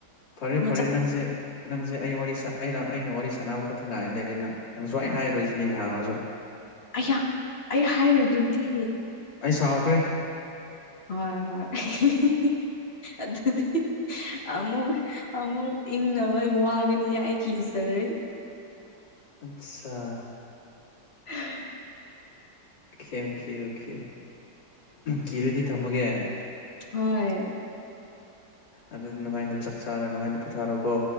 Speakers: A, on the left; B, on the left.
A: ꯐꯔꯦ
B: ꯃꯆꯥ
A: ꯐꯔꯦ ꯅꯪꯁꯦ ꯅꯪꯁꯦ ꯑꯩ ꯋꯥꯔꯤ ꯑꯩꯅ ꯑꯩꯅ ꯋꯥꯔꯤ ꯁꯥꯟꯅꯕ ꯈꯛꯇ ꯉꯥꯏꯅ ꯂꯩꯔꯦ ꯅꯪ ꯅꯪ ꯁꯨꯍꯥꯏ ꯍꯥꯏꯔꯨꯣꯏꯁꯤꯅꯤꯅꯦꯍ ꯍꯥꯡꯉꯁꯨ꯫
B: ꯑꯌꯥ ꯑꯩ ꯍꯥꯏꯔꯤꯗꯨꯗꯤ
A: ꯑꯩ ꯁꯥꯎꯈ꯭ꯔꯦ
B: ꯍꯣꯏ ꯍꯣꯏ ꯑꯗꯨꯗꯤ ꯑꯃꯨꯛ ꯑꯃꯨꯛ ꯏꯪꯅꯕ ꯋꯥꯒꯅꯤ ꯑꯩ ꯀꯤꯖꯔꯦ꯫
A: ꯑꯠꯆꯥ
B: <unintelligible>
A: ꯑꯣꯀꯦ ꯑꯣꯀꯦ ꯑꯣꯀꯦ ꯀꯤꯔꯗꯤ ꯊꯝꯃꯒꯦ꯫
B: ꯍꯣꯏ
A: ꯑꯗꯨꯗꯤ ꯅꯨꯡꯉꯥꯏꯅ ꯆꯥꯛ ꯆꯥꯔ ꯅꯨꯡꯉꯥꯏꯅ ꯄꯣꯊꯥꯔꯣꯀꯣ꯫